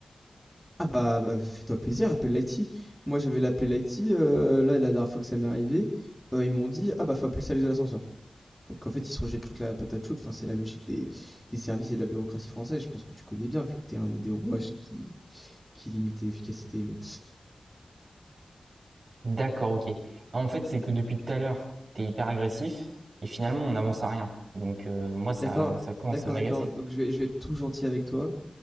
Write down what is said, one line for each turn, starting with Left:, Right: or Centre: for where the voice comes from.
Centre: Ah bah, bah, fais-toi plaisir, appelle l'IT. Moi j'avais l'appel l'IT, euh, là la dernière fois que ça m'est arrivé, euh, ils m'ont dit ah bah faut appeler le service de l'ascenseur. Donc en fait ils se rejettent toute la patate chaude, enfin c'est la logique des, des services et de la bureaucratie française, je pense que tu connais bien vu que t'es un des rouages qui, qui limite l'efficacité. Mais...
Right: D'accord, OK. En fait, c'est que depuis tout à l'heure, t'es hyper agressif et finalement, on n'avance à rien. Donc, euh, moi, ça,
Centre: D'accord,
Right: ça commence
Centre: d'accord,
Right: à m'agacer.
Centre: d'accord, donc je vais, je vais être tout gentil avec toi.